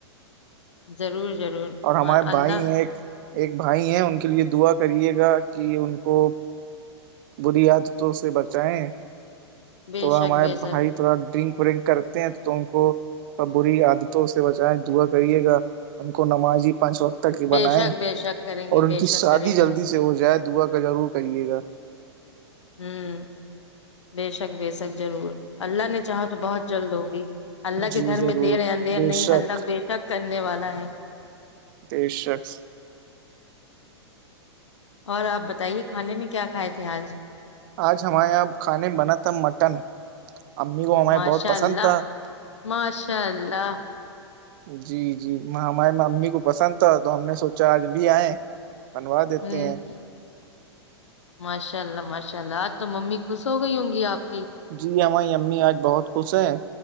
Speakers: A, on the left; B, on the right.
A: ضرور ضرور
B: اور ہمارے
A: ما-
B: بھائی
A: اللہ
B: ہیں ایک ایک بھائی ہیں ان کے لیے دعا کریے گا کہ ان کو بری عادتوں سے بچائیں
A: بے
B: تھوڑا
A: شک
B: ہمارے
A: بے شک
B: بھائی تھوڑا ڈرنک ک کرتے ہیں تو تم کو بری عادتوں سے بچائیں دعا کریے گا ان نمازی پانچ وقت تک کے بنائے
A: بے شک بے شک کریں گے
B: اور ان
A: بے
B: کی
A: شک
B: شادی
A: کریں
B: جلدی
A: گے
B: سے سے ہو جائے دعا کا ضرور کریے گا
A: ہوں بے شک بے شک ضرور اللہ نے چاہو تو بہت جلد ہوگی اللہ کے
B: جی
A: گھر
B: ضرور
A: میں دیرے اندر
B: بے
A: نہیں
B: شک
A: اللہ بے شک کرنے والا ہے
B: بے شک
A: اور آپ بتائیے کھانے میں کیا کھائے تھے آج
B: آج ہمارے یہاں کھانے بنا تھا مٹن امی کو ہمے
A: ماشاء
B: بہت پسند
A: اللہ
B: تھا
A: ماشاء اللہ
B: جی جی ہمارے امی کو پسند تھا تو ہم نے سوچا آج بھی آئے بنوا دیتے
A: ہوں
B: ہیں
A: ماشاء اللہ ماشاء اللہ تو ممی خوش ہو گئی ہوں گی آپ کی
B: جی ہماری امی آج بہت خوش ہیں